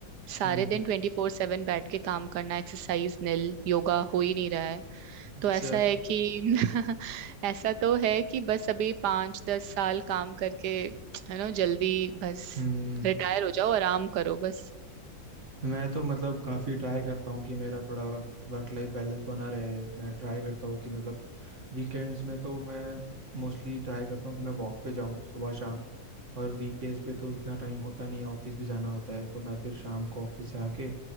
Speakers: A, on the right; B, on the right.
A: सारे
B: हम्म
A: दिन ट्वेंटी फोर सेवन बैठ के काम करना एक्सरसाइज निल योगा हो ही नहीं रहा है
B: अच्छा
A: तो ऐसा है कि <laughs> ऐसा तो है कि बस अभी पांच दस साल काम करके है ना जल्दी बस
B: हम्म
A: रिटायर हो जाओ आराम करो बस
B: मैं तो मतलब काफ़ी ट्राई करता हूँ कि मेरा थोड़ा वर्क लाइफ बैलेंस बना रहे मैं ट्राई करता हूँ कि मतलब वीकेंड्स में तो मैं मोस्टली ट्राई करता हूँ कि मैं वॉक पे जाऊँ सुबह शाम और वीकडेज पे तो इतना टाइम होता नहीं है ऑफिस भी जाना होता है तो मैं फिर शाम को ऑफिस से आके